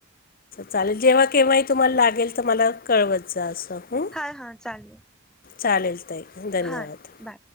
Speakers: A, on the left (about 40°); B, in the centre.
A: चालेल जेव्हा केव्हाही तुम्हाला लागेल तर मला कळवत जा असं हम्म.
B: हा हा चालेल.
A: चालेल ताई धन्यवाद.
B: हा बाय